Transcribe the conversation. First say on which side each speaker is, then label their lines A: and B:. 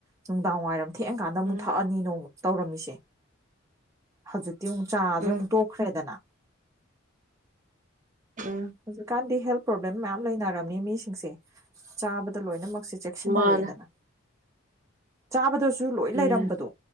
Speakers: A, on the right; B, on the right.
A: ꯅꯨꯡꯗꯥꯡ ꯋꯥꯏꯔꯝ ꯊꯦꯡꯑꯀꯥꯟꯗ ꯑꯃꯨꯛ
B: ꯎꯝ
A: ꯊꯛꯑꯅꯤ ꯅꯣꯡꯃ ꯇꯧꯔꯝꯃꯤꯁꯦ ꯍꯧꯖꯤꯛꯇꯤ ꯑꯃꯨꯛ ꯆꯥꯁꯦ
B: ꯎꯝ
A: ꯑꯃꯨꯛ ꯇꯣꯛꯈ꯭ꯔꯦꯗꯅ꯫
B: ꯎꯝ꯫
A: ꯍꯧꯖꯤꯛꯀꯥꯟꯗꯤ ꯍꯦꯜ ꯄ꯭ꯔꯣꯕ꯭ꯂꯦꯝ ꯃꯌꯥꯝ ꯂꯩꯅꯔꯝꯅꯤ ꯃꯤꯁꯤꯡꯁꯦ ꯆꯥꯕꯗ ꯂꯣꯏꯅꯃꯛꯁꯦ ꯆꯦꯛ ꯁꯥꯟꯅꯔꯛꯑꯦꯗꯅ
B: ꯃꯥꯅꯦ
A: ꯆꯥꯕꯗꯁꯨ ꯂꯣꯏ
B: ꯎꯝ
A: ꯂꯩꯔꯝꯕꯗꯣ